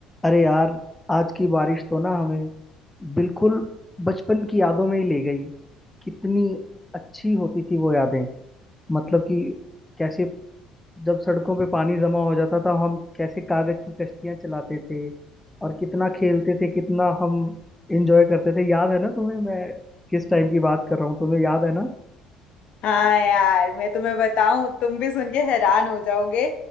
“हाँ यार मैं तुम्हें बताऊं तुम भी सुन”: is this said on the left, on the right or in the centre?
Left